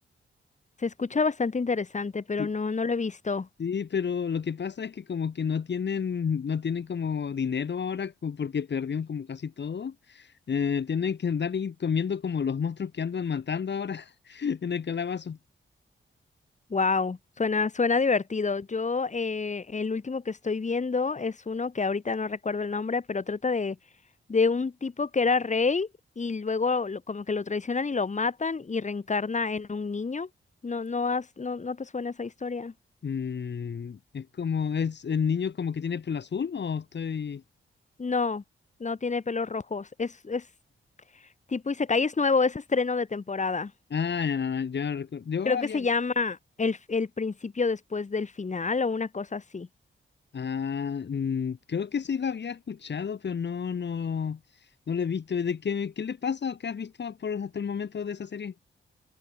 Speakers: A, on the left; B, on the left.
A: Se escucha bastante interesante, pero
B: Sí.
A: no, no lo he visto.
B: Sí, pero lo que pasa es que como que no tienen, no tienen como dinero ahora co- porque perdieron como casi todo. Eh, tienen que andar y comiendo como los monstruos que andan matando ahora <laughs> en el calabazo.
A: Wow, suena, suena divertido. Yo, eh, el último que estoy viendo es uno que ahorita no recuerdo el nombre, pero trata de, de un tipo que era rey y luego lo- como que lo traicionan y lo matan y reencarna en un niño. No, no has, no, no te suena esa historia.
B: Mm, es como, es el niño como que tiene pelo azul o estoy...
A: No, no tiene pelos rojos. Es, es tipo Isekai, es nuevo, es estreno de temporada.
B: Ah, ya, ya, ya recuerdo. Yo
A: Creo
B: había...
A: que se llama el, el principio después del final o una cosa así.
B: Ah, mm, creo que sí lo había escuchado, pero no, no, no lo he visto. ¿De qué, qué le pasa o qué has visto por hasta el momento de esa serie?